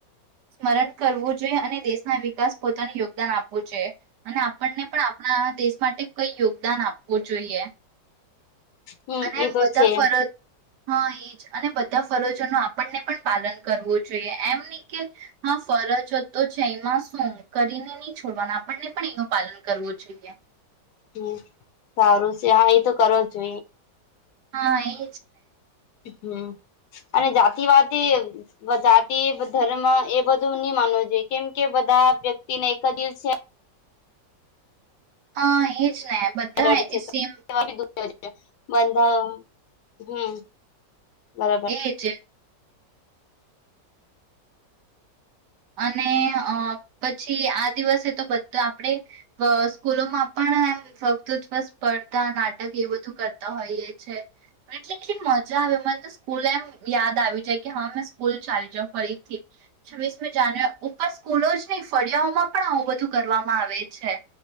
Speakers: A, on the right (about 70°); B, on the left (about 70°).
A: સ્મરણ કરવું જોઈએ અને દેશના વિકાસ પોતાની યોગ ાન આપવું છે અને આપણને પણ આપણા દેશ માટે કઈ યોગદાન આપવું જોઈએ
B: હમ
A: અને એમ
B: એ તો
A: બધા
B: છે
A: ફરજ હા એજ અને બધા બધા ફરજો ન આપણને પણ પાલન કરવું જોઈએ એમ નહી કે હા ફરજો તો છે એમાં શું કરીને નહી છોડવાનું આપણને પણ એનું પાલન કરવું જોઈએ
B: હમ સારું છે હા એ તો કરો જો
A: હા એજ
B: હમ અને જાતિવાદી જાતિ ધર્મ એ બધું નહી માનવું જોઈએ કેમ કે બધા વ્યક્તિને એક દિવ છે
A: હા એ ને બધા
B: બ્લડ છે
A: એ સમ
B: બંધા હમ બરાબર
A: એજ અને પછી આ દિવસે તો બધા આપણેે સ્કૂલોમાં પણ એમ વકૃત્વ સ્પર્ધા નાટક એ બધું કરતા હોઈએ છે એટલે કેલી મજા આવે મને તો સ્કૂલ એમ યાદ આવી જાય કે હા મેં સ્કૂલ ચાલી જાાવ ફરીથી છ જ ઉપર સ્કૂલો જ નહી ફળિયાઓમાં પણ આવું બધું કરવામાં આવે છે